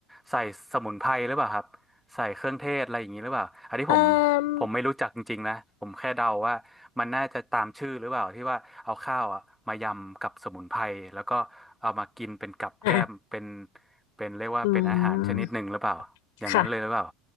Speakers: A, in the centre; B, on the left.
A: ใส่สมุนไพรหรือเปล่าครับใส่เครื่องเทศอะไรอย่างนี้หรือเปล่าอันนี้ผม
B: เอ่ม
A: ผมไม่รู้จักจริงๆนะผมแค่เดาว่ามันน่าจะตามชื่อหรือเปล่าที่ว่าเอาข้าวอะมายำกับสมุนไพรแล้วก็เอามากินเป็นกับแก้มเป็น
B: อ่ะอ่ะ
A: เป็นเรียกว่าเป็นอาหารชนิดหนึ่งหรือเปล่าอย่างนั้นเลยหรือเปล่า
B: อืมค่ะ